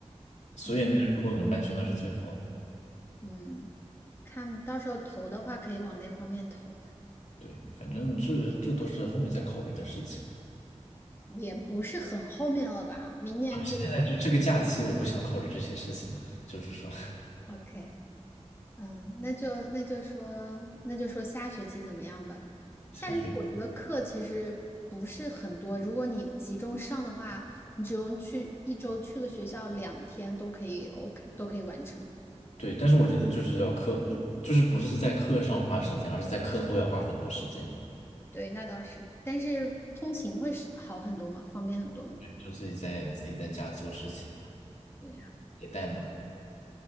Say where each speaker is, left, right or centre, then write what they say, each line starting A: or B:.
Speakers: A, on the left; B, on the left.
A: <laughs> 所以那如果能搬去那是最好的。
B: 嗯，嗯，看到时候投的话，可以往那方面投啊，哎
A: 对，反正这这都是后面再考虑的事情
B: 也不是很后面了吧？明年就
A: 啊。现在就这个假期，我不想考虑这些事情了。就是说，<laughs>
B: OK。嗯，那就那就说那就说下学期怎么样吧。下学期我觉得课其实不是很多，
A: 下学期
B: 如果你集中上的话，你只用去一周去个学校两天都可以，OK 都可以完成。
A: 对，但是我觉得就是要课不，就是不是在课上花时间，而是在课后要花很多时间。
B: 对，那倒是，但是通勤会是好很多嘛，方便很多嘛。
A: 对，就自己在自己在家做事情，
B: 对呀，
A: 写代码。